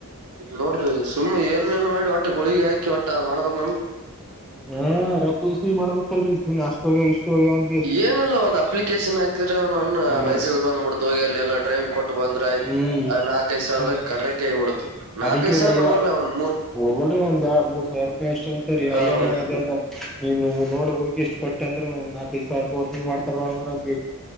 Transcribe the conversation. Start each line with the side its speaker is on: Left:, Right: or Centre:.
Right: ನೋಡ್ರಿ ಸುಮ್ಮ್ನೆ ಏನೇಏನ್ ಮಾಡಿ ಒಟ್ಟ ಗೋಳಿಗೆಿ ಹಾಕಿ ಒಟ್ಟ ಮಾಡದಕ್
Centre: ಹಾ ರೊಕ್ಕ ಉಸ ಮಾಡ್ಬೇಕಲ್ರರಿ ಅಷ್ಟೋಗ ಇಷ್ಟ ಹೋಗ್ಯಾವ ಅಂತ
Right: ಏನಲ್ಲ ಒಂದ್ ಅಪ್ಲಿಕೇಶನ್ ಹಾಕಿದ್ರೆ ಅವ ಆ
Centre: ಹಾ
Right: ಲೈಸೆನ್ಸ್ ಬಂದಬ ಬಿಡ್ತು ಹೋಗಿ ಅಲ್ಲಿ ಎಲ್ಲ ಡ್ರೈವಿಂಗ್ ಕೊಟ್ಟ ಬಂದ್ರ ಆಯ್ತ್
Centre: ಹ್ಮ್
Right: ನಾಲ್ಕೈಐ ಸಾವರದ
Centre: ಸುಮ್
Right: ಕಡೆ ಕೈಿ ಹುಡ್ತು ನಾಕೈದು
Centre: ಅದಕ್ಕೆ
Right: ಸಾವಿರ
Centre: ರೀ ಅಯ್ಯ
Right: ನೋ ಒಂದ
Centre: ಹೋಗಲ್ರಿ ಒಂದ್ ಎ ಮೂರ್ ಸಾವಿರ ರೂಪಾಯಿ ಎಷ್ಟ ಹತ್ರೀ
Right: ಹ
Centre: ಅಯ್ಯಾಣ
Right: ಮ
Centre: ಅದಂದ ನೀನು ನೋಡ್ ಹೋಗಿ ಎಷ್ಟು ಕೊಟ್ಟ ಅಂದ್ರ ಒ ನಾಲ್ಕೈದು ಸಾವಿ ರೂಪ ವಸೂಲು ಮಾಡತ ನೋಡ್ರ ಅಂತ